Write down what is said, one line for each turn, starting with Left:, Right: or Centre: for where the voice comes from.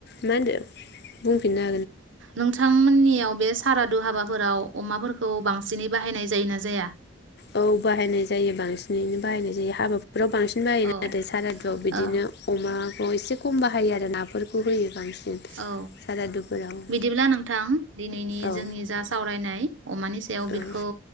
Left: मा होनदो बुंफिनना
Right: नोंथांमोननियाव बे सारादु हाबाफोराव अमाफोरखौ बांसिनै बाहायनाय जायो ना जाया
Left: औ बाहायनाय जायो बांसिनैनो बाहायनाय जायो हाबाफोराव बांसिन बाहायो
Right: औ
Left: नाथाय सारादुआव बिदिनो
Right: ओ
Left: अमा औ एसे खम बाहायो आरो नाफोरखौ होयो बांसिन
Right: औ
Left: सारादुफोराव
Right: बिदिब्ला नोंथां दिनैनि
Left: औ
Right: जोंनि जा सावरायनाय अमानि सायाव बेखौ
Left: औ